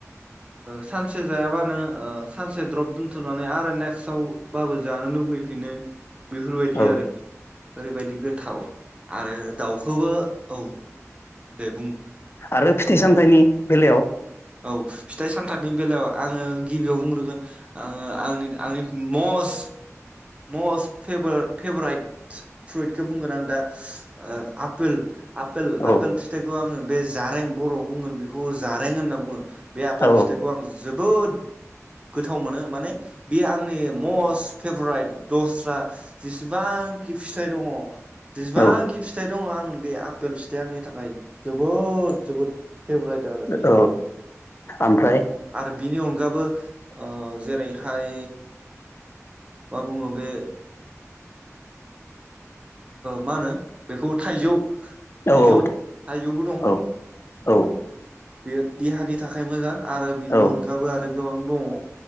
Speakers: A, on the right; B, on the left.
A: सानसे जायाबानो सानसे द्रप दोनथ'नानै आरो नेक्सटावबाबो जानो लुबैयो। लुबैफिनो बेफोरबायदि
B: औ
A: आरोखि ओरैबायदि गोथाव आरो दाउखौबो औ दे बुं
B: आरो फिथाइ सामथाइनि बेलायाव
A: औ फिथाइ सामथाइनि बेलायाव आङो गिबियाव बुंग्रोगोन आङो आंनि आंनि मस
B: <inaudible>
A: मस्ट फेभराइट फ्रुइटखौ बुंगोन आं दा आपेल आपेल
B: औ
A: फिथाइखौ आङो बे जारें बर'आव बुंगोन बेखौ जारें होनना बुंङो। बे आफेल
B: औ
A: फिथाइखौ आं जोबोद गोथाव मोनो माने बे आंनि मस्ट फेभराइट दस्रा जेसेबां आंखि फिथाइ दङ जेसेबांंखि
B: औ
A: फिथाइ दङ आं बे आपेल फिथाइया आंनि थाखाय जोबोद जोबोद फेभरेट आरोखि
B: औ ओमफ्राय
A: आरो बिनि अनगाबो जेरैहाय मा बुङो बे मा होनो बेखौ थाइजौ थाइजौ
B: औ औ
A: थाइजौबो दं
B: औ औ
A: बेयो देहानि थाखाय मोजां आरो बिनि
B: औ
A: अनगाबो आरो गोबां दङ